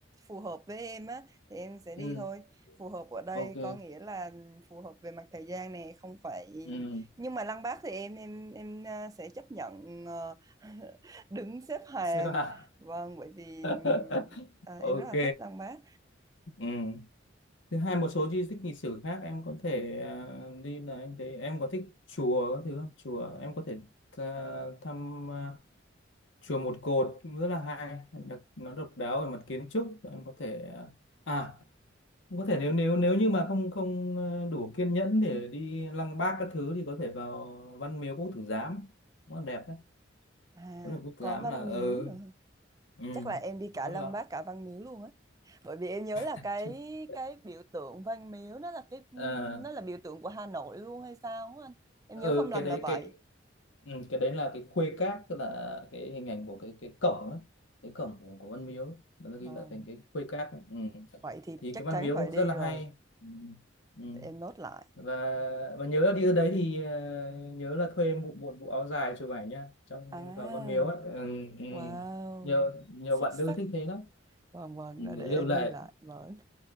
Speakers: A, on the right; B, on the left.
A: phù hợp với em á thì em sẽ đi
B: ừ,
A: thôi phù hợp ở đây
B: ok
A: có nghĩa là phù hợp về mặt thời gian nè không phải
B: ừ.
A: nhưng mà Lăng Bác thì em em em à, sẽ chấp nhận ờ, <laughs> đứng xếp hàng
B: xếp hạng
A: vâng bởi vì ừ,
B: <laughs>
A: à,
B: ok
A: em rất là thích Lăng Bác
B: ừ. thứ hai một số di tích lịch sử khác em có thể à, đi là anh thấy em có thích chùa các thứ không chùa em có thể à, thăm à, chùa một cột cũng rất là hay đặc, nó độc đáo về mặt kiến trúc em có thể à cũng có thể nếu nếu nếu như mà không không ờ, đủ kiên nhẫn để đi Lăng Bác các thứ thì có thể vào Văn Miếu Quốc Tử Giám nó đẹp đấy
A: à
B: Văn Miếu Quốc
A: có
B: Tử Giám
A: Văn
B: là ờ
A: Miếu nữa
B: ừ,
A: chắc là em đi cả
B: nó
A: Lăng
B: là
A: Bác cả Văn Miếu luôn á bởi vì em nhớ là
B: <laughs>
A: cái cái biểu tượng Văn Miếu nó là cái
B: ờ
A: nó là biểu tượng của Hà Nội luôn hay sao á anh em
B: ừ,
A: nhớ không lầm
B: cái đấy
A: là vậy
B: cái ừ, cái đấy là cái khuê các tức là cái hình ảnh của cái cái cổng ấy, cái cổng của, của Văn Miếu nó ghi
A: vâng
B: lại thành cái khuê các ừ.
A: vậy thì
B: thì
A: chắc
B: cái Văn
A: chắn
B: Miếu
A: phải
B: cũng
A: đi
B: rất là
A: rồi
B: hay ừ. Ừ.
A: để em nốt lại
B: và và nhớ là đi ra đấy thì ờ, nhớ là thuê một bộ, bộ áo dài chụp ảnh nha trong
A: à
B: vào văn miếu ấy ừ, ừ.
A: wow
B: nhiều nhiều
A: xuất
B: bạn
A: sắc
B: nữ thích thế lắm
A: vâng vâng
B: ừ,
A: đó để
B: để lưu
A: em
B: lại
A: ghi lại vâng